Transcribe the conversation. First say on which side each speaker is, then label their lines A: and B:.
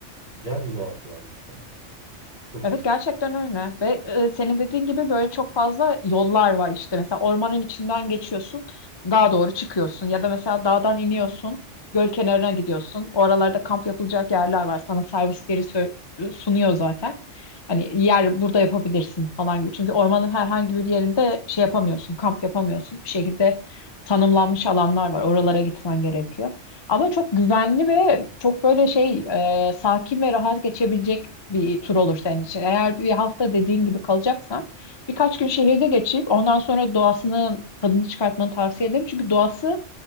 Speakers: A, on the left; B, on the left.
A: Güzel bir doğası varmış ya. Çok
B: Evet
A: iyi.
B: gerçekten öyle ve e, senin dediğin gibi böyle çok fazla yollar var işte mesela ormanın içinden geçiyorsun dağa doğru çıkıyorsun ya da mesela dağdan iniyorsun göl kenarına gidiyorsun oralarda kamp yapılacak yerler var sana servisleri sö- sunuyor zaten hani yer burada yapabilirsin falan gibi çünkü ormanın herhangi bir yerinde şey yapamıyorsun kamp yapamıyorsun bir şekilde tanımlanmış alanlar var oralara gitmen gerekiyor. Ama çok
A: Hı.
B: güvenli ve çok böyle şey e, sakin ve rahat geçebilecek bir tur olur senin için. Eğer bir hafta dediğin gibi kalacaksan birkaç gün şehirde geçip ondan sonra doğasının tadını çıkartmanı tavsiye ederim. Çünkü doğası